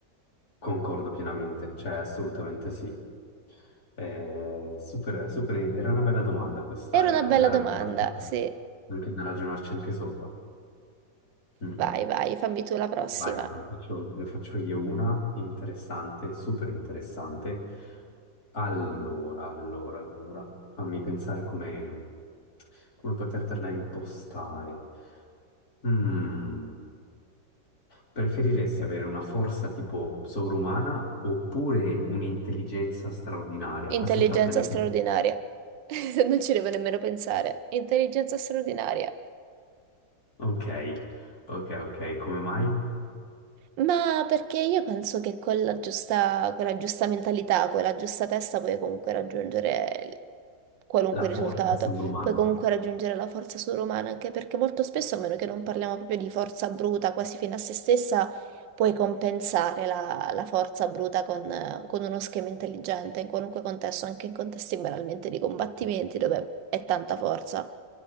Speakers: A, on the left; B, on the right.
A: Concordo pienamente, cioè assolutamente sì. Eh, super, super, era una bella domanda questa,
B: Era una bella
A: eh, da ragionarci,
B: domanda, sì.
A: anche, da ragionarci anche sopra. Mm.
B: Vai, vai, fammi tu la prossima.
A: Vai, ne faccio, ne faccio io una interessante, super interessante. Allora, allora, allora, fammi pensare come, come potertela impostare. Mm. Preferiresti avere una forza tipo sovrumana oppure un'intelligenza straordinaria? Qua
B: Intelligenza
A: si tratta di...
B: straordinaria. <laughs> Non ci devo nemmeno pensare. Intelligenza straordinaria.
A: Ok, ok, ok, come mai?
B: Ma perché io penso che con la giusta, con la giusta mentalità, con la giusta testa puoi comunque raggiungere il- qualunque
A: La
B: risultato,
A: forza sovrumana.
B: puoi comunque raggiungere la forza sovrumana, anche perché molto spesso, a meno che non parliamo proprio di forza bruta, quasi fino a se stessa, puoi compensare la, la forza bruta con, eh, con uno schema intelligente, in qualunque contesto, anche in contesti banalmente di combattimenti dove è tanta forza.